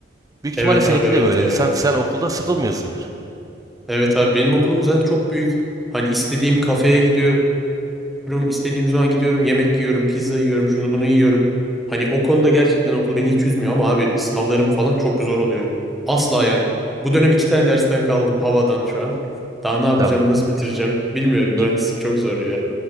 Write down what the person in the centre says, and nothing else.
Evet
abi evet
ya.
Evet abi benim okulum zaten çok büyük. Hani istediğim kafeye gidiyorum, istediğim zaman gidiyorum, yemek yiyorum, pizza yiyorum, şunu bunu yiyorum. Hani o konuda gerçekten okul beni hiç üzmüyor ama abi sınavlarım falan çok zor oluyor. Asla yani. Bu dönem iki tane dersten kaldım havadan şu an. Daha ne yapacağım,
nasıl bitireceğim bilmiyorum. Mühendislik
çok zor ya.